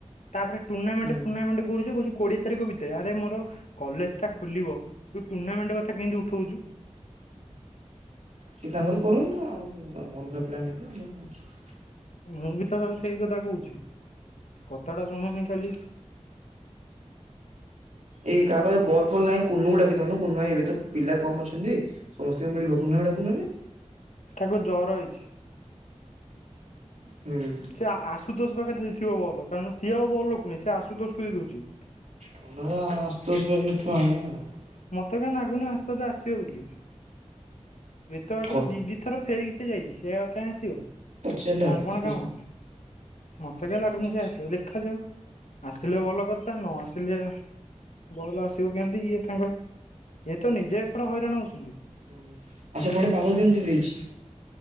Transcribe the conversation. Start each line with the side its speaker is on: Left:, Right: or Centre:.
Left: ତାପରେ ଟୁର୍ଣ୍ଣାମେଣ୍ଟ
Right: ହୁଁ।
Left: ଟୁର୍ଣାମେଣ୍ଟ କରୁଚି କହୁଛି କୋଡିଏ ତାରିଖ ଭିତରେ ଆରେ ମୋର କଲେଜ ଟା ଖୋଲିବ <unintelligible> ତୁ ଟୁଣ୍ଣାମେଣ୍ଟ କଥା କେମିତି ଉଠଉଛୁ।
Right: ସେ ତାଙ୍କର କରନ୍ତୁ ଆଉ ଅଲଗା ପ୍ଲାନ୍ ନେବେ ଆମର କଣ ଅଛି।
Left: ମୁଁ ବି ତ ତାକୁ ସେଇ କଥା କହୁଚି କଥା ଟା ଶୁଣୁନି ଖାଲି।
Right: ଏଇ କାହା ପାଖରେ ବଲ୍ ଫଲ୍ ନାହିଁ କୁନୁକୁ ଡାକି ଦଉନୁ କୁନୁଭାଇ ଏବେ ତ ପିଲା କମ୍ ଅଛନ୍ତି। ସମସ୍ତଙ୍କୁ ମିଳିବ କୁନା କୁ ଡାକୁ ନାହାନ୍ତି।
Left: ତାକୁ ଜର ହେଇଛି।
Right: ହୁଁ।
Left: ସେ ଆଶୁତୋଷ ପାଖରେ ଦେଇଥିବ ବଲ୍ କାରଣ ସିଏ ଆଉ ବଲ୍ ରଖୁନି ସେ ଆଶୁତୋଷ କୁ ଦେଇଦଉଚି।
Right: ପଣ୍ଡୁଲା ଆଶୁତୋଷ ପାଖରେ ଥୁଆ ହେଇ ନାହାନ୍ତି <unintelligible>
Left: ମତେ କାଇଁ ନାଗୁନି ଆଶୁତୋଷ ଆସିବ ବୋଲି ଏତେ ବାଟରୁ
Right: କହ
Left: ଦି ଦି ଥର ଫେରିକି ସେ ଯାଇଛି ସେ ଆଉ କାଇଁ ଆସିବ। ତାର
Right: ପଚାରିଲେ ହବ ଦେଖାଯିବ
Left: କଣ କାମ ମତେ
Right: ହୁଁ
Left: କାଇଁ ଲାଗୁନି
Right: ପଚା
Left: ସେ ଆସିବ ଦେଖାଯାଉ। ଆସିଲେ ଭଲକଥା ନଆସିଲେ ବଲ୍ ଆସିବ କେମିତି ଇଏ ତାଙ୍କ ଇଏତ ନିଜେ ଏପଟେ ହଇରାଣ ହଉଛନ୍ତି।
Right: ହୁଁ, ଆଉ ସେପଟେ ପାଗ କେମିତି ହୋଇଛି?